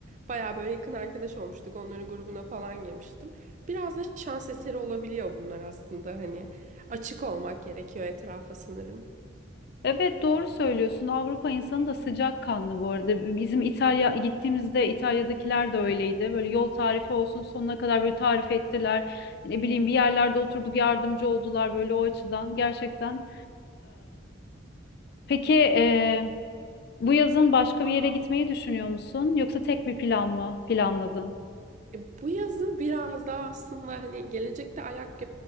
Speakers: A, on the right; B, on the left.
A: Baya böyle yakın arkadaş olmuştuk. Onların grubuna falan girmiştim. Biraz da şans eseri olabiliyor bunlar aslında hani. Açık olmak gerekiyor etrafa sanırım.
B: Evet doğru söylüyorsun. Avrupa insanı da sıcakkanlı bu arada. Bizim İtalya gittiğimizde İtalya'dakiler de öyleydi. Böyle yol tarifi olsun sonuna kadar böyle tarif ettiler. Ne bileyim bir yerlerde oturduk yardımcı oldular böyle o açıdan. Gerçekten Peki e, bu yazın başka bir yere gitmeyi düşünüyor musun? Yoksa tek bir plan mı planladın?
A: E, Bu yazın biraz daha aslında hani gelecekte alak